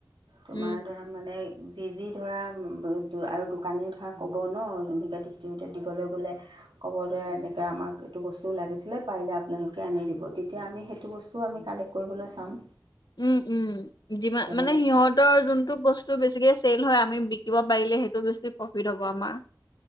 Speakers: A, on the right; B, on the left.
A: তোমাৰ
B: উম,
A: ধৰা মানে যি, যি ধৰা আৰু দোকানী ধৰা ক'ব ন এনেকৈ ডিষ্ট্ৰিবিউটত দিবলৈ গ'লে। ক'ব দ এনেকে আমাক এইটো বস্তু লাগিছিলে পাৰিলে আপোনালোকে আনি দিব। তেতিয়া আমি সেইটো বস্তু আমি কালেক্ট কৰিবলৈ চাম।
B: উম, উম, যিমান
A: তেনেকৈ
B: মানে সিহঁতৰ যোনতটো বস্তু বেছিকে চেল হয়। আমি বিকিব পাৰিলে সেইটো বেছি প্ৰফিট হ'ব আমাৰ।